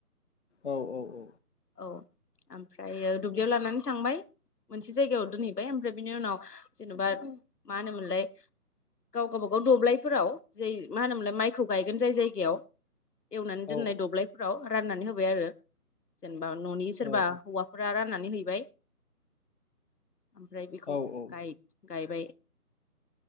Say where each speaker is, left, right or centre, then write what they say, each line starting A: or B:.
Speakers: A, on the left; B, on the left.
A: औ औ औ
B: औ ओमफ्रायो दुब्लियाव लानानै थांबाय मोनसे जायगायाव दोनहैबाय ओमफ्राय बिनि उनाव जेनबा मा होनोमोनलाय गाव गावबागाव दब्लायफोराव जै मा होनोमोनलाय माइखौ गायगोन जाय जायगायाव एवनानै
A: औ
B: दोननाय दब्लायफोराव राननानै होबाय आरो। बा न'नि सोरबा
A: औ
B: हौवाफोरा राननानै है बाय ओमफ्राय बेखौ
A: औ औ औ
B: गाय-गायबाय